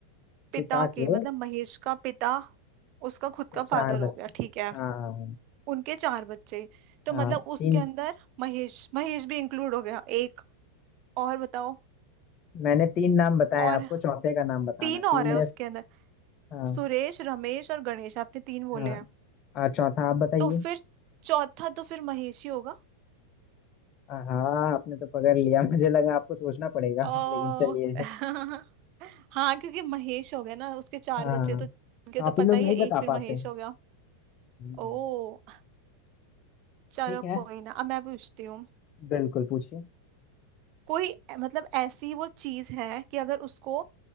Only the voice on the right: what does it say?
पिता
के
मतलब महेश का पिता उसका खुद
का
फादर
हो गया ठीक है
उनके चार बच्चे तो
मतलब उसके
अंदर महेश महेश भी इंक्लूड हो गया एक और बताओ
और
तीन
और है
उसके अंदर
सुरेश रमेश और गणेश आपने तीन बोले
हैं
तो फिर चौथा तो फिर महेश ही होगा
ओ
<laughs> हाँ क्योंकि महेश हो गया ना उसके चार
बच्चे तो उनके
तो पता
ही
है
एक फिर महेश
हो गया
ओ चलो
कोई ना अब मैं पूछती हूँ
कोई मतलब ऐसी वो चीज है कि अगर उसको